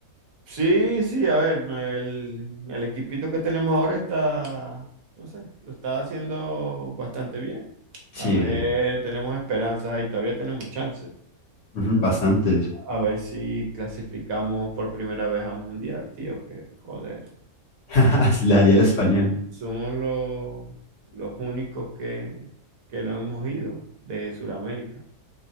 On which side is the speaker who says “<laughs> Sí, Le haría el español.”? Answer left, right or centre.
Left